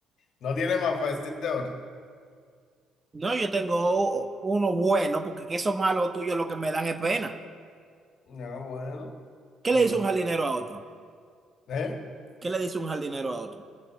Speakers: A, on the left (about 60°); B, on the right (about 25°).
A: No tiene más fácil de otro.
B: No, yo tengo o- uno bueno, porque que esos malos tuyos lo que me dan es pena.
A: No, bueno.
B: ¿Qué
A: Digo,
B: le dice un jardinero a otro?
A: ¿eh?
B: ¿Qué le dice un jardinero a otro?